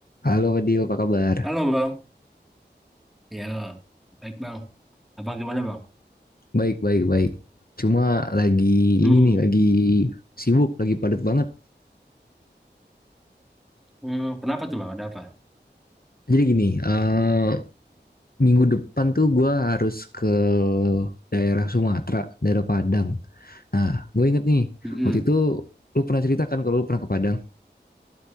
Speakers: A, on the left; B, in the centre.
A: Halo Fadil, apa kabar?
B: Halo bang, ya baik bang. Abang gimana bang?
A: Baik, baik, baik. Cuma lagi
B: Hmm,
A: ini nih, lagi sibuk, lagi padat banget.
B: hmm, kenapa tuh bang? Ada apa?
A: Jadi gini, eh, minggu depan tuh gue harus ke daerah Sumatera, daerah Padang. Nah, gue inget nih,
B: Mm-mm.
A: waktu itu lu pernah ceritakan kalau lu pernah ke Padang.